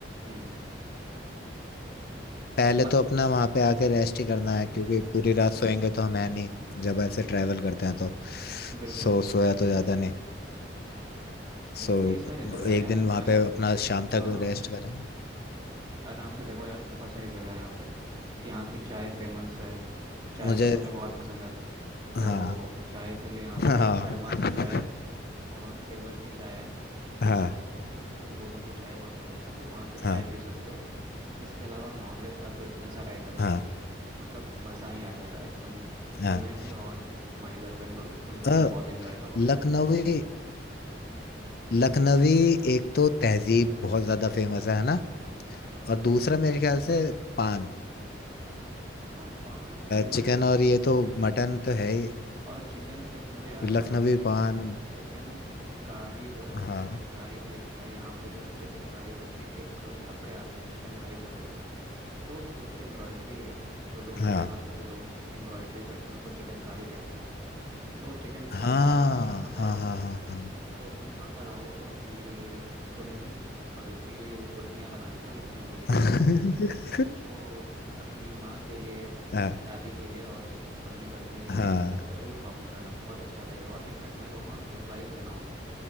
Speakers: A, on the right (about 25°); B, on the left (about 55°).
A: हम्म
B: पहले
A: बा-
B: तो अपना वहां
A: हम्म,
B: पे आके रेस्ट ही करना है क्योंकि पूरी रात सोएंगे तो हम है नहीं जब ऐसे ट्रैवल करते हैं तो
A: बिल्कुल
B: सो सोया तो जाता नहीं
A: तो
B: सो
A: कई सारे जगह हैं
B: एक
A: यार
B: दिन
A: मैं
B: वहां पे अपना शाम
A: हाँ
B: तक रेस्ट करें
A: आराम से देखो यार बहुत सारी जगह है यहाँ पे कि यहाँ की चाय फेमस है चाय
B: मुझे
A: तो तुम्हें बहुत पसंद है
B: हाँ
A: तो चाय के लिए यहाँ
B: हाँ
A: पर शर्मा की चाय है और केवल की चाय है
B: हाँ
A: तो उन दोनों की चाय बहुत फेमस है तो वहाँ पे चाय
B: हाँ
A: पी सकते हो इसके अलावा नॉनवेज का तो इतने सारे आइटम्स
B: हाँ
A: हैं मतलब मज़ा ही आ जाएगा एकदम
B: हाँ
A: तुम्हें भी और तुम्हारी गर्लफ्रेंड को भी तुम दोनों
B: अ,
A: बहुत एंजॉय करोगे
B: लखनवी लखनवी एक तो तहजीब बहुत ज्यादा फेमस है है ना
A: हाँ
B: और दूसरा मेरे ख्याल से पान
A: हाँ पान भी फेमस
B: चिकन
A: है
B: और ये तो मटन तो है ही
A: और चिकन से मुझे याद आया
B: लखनवी
A: कि
B: पान
A: चिकन कारी जो है
B: हाँ
A: चिकन कारी भी एक है यहाँ पे जो ना चिकन कारी करके एक कपड़े आते हैं चिकन कारी कपड़े तो वो जो एम्ब्रॉयडरी है जो लोकल
B: हाँ
A: यहाँ के जो लोग एम्ब्रॉयडरी करते हैं उसको चिकन कारी कहते हैं तो चिकन कारी
B: हाँ
A: आर्ट भी यहाँ का बहुत
B: हाँ हाँ
A: फेमस है
B: हाँ
A: तो तुम यहाँ पर आओ तो अपने लिए तो नहीं <laughs> ऑब्वियसली क्योंकि वो कुर्तियाँ बनाते हैं लड़कियों के लिए औरतों
B: हाँ
A: के लिए
B: <laughs>
A: तो अपनी माँ के लिए
B: हाँ
A: दादी के लिए और अपनी गर्लफ्रेंड के लिए
B: हाँ।
A: भी ज़रूर शॉपिंग करना बहुत अच्छा लगेगा और इनफैक्ट मैं कहूँगा कि सरप्राइज़ देना उन्हें